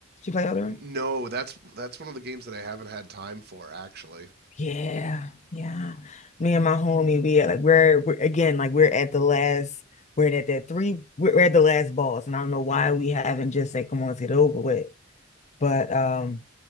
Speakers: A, on the left; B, on the right.
A: you play Eldering?
B: No, that's that's one of the games that I haven't had time for actually.
A: Yeah, yeah. Me and my homie, we at like we're, we're again like we're at the last. We're at that three. We're at the last boss, and I don't know why we haven't just said, "Come on, let's get it over with." But um.